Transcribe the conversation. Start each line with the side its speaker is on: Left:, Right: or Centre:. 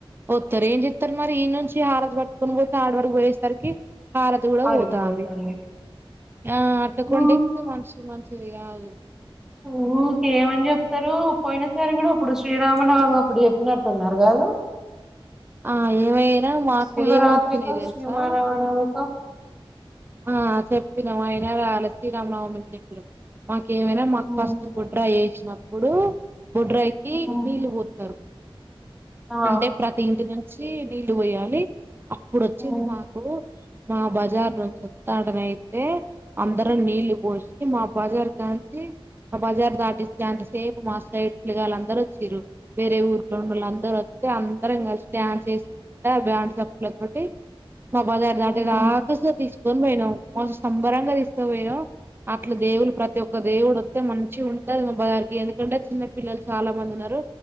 Right: వత్తారు ఏం చెప్తారు మరి ఈ నుంచి హారతి పట్టుకొని పోతే ఆడ వరకు పోయేసరికి హారతి కూడా
Centre: ఆరిపోతుంది
Right: పోతంది ఆ అట్లా కొండ
Centre: ఊ
Right: ఎక్తే మనుషులు మ చేదికాదు
Centre: ఓ క ఏమని చెప్తారు పోయిన సారి కూడా ఇప్పుడు శ్రీరామనవమాపుడు చెప్పినట్టున్నారు కాద
Right: ఆ ఏమైనా మాకు
Centre: శివరాత్రికొ
Right: ఏమొచ్చినాయి తెలుసా
Centre: శ్రీవర మానవమిికొ
Right: ఆ చెప్పినాం ఆయన రాలే శ్రీరామనవమి చెప్పినాం మాకేమైనా మాకు
Centre: ఉమ్
Right: ఫస్ట్ గొడ్రాయి ఎస్నప్పుడు గొడ్రాయికి
Centre: ఉమ్
Right: నీళ్ళు పోతారు
Centre: ఆ
Right: అంటే ప్రతి ఇంటి నుంచి నీళ్ళు పోయాలి అప్పుడు వచ్చింది
Centre: ఉమ్
Right: మాకు మా బజార్ నుంచే తాడనయితే అందరం నీళ్ళ పోసి మా బజార్ కాంచి ఆ బజార్ దాటిస్తే అంతసేపు మాస్టై పిల్లలందరు వచ్చరు వేరే ఊర్లో ఉండ వాళ్ళ అందరుూ అందరం కలిసి డాన్సస్కుంటా ఆ డ్యాన్స్ అప్పుల తోటి మా బజార్ దాటే
Centre: ఉమ్
Right: దాక తీసుకొని పోయినా మాంచి సంబరంగా తీసుకుపోయినం అట్లు దేవులు ప్రతి ఒక్ ఒక దేవుడు వొతే మంచిగా ఉంటది మాారికి ఎందుకంటే చిన్న పిల్లలు చాలా మంది ఉన్నారు